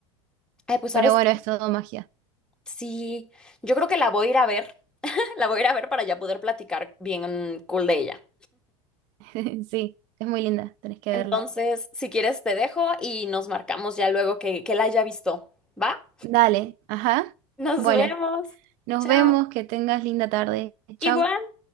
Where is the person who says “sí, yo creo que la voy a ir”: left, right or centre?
Centre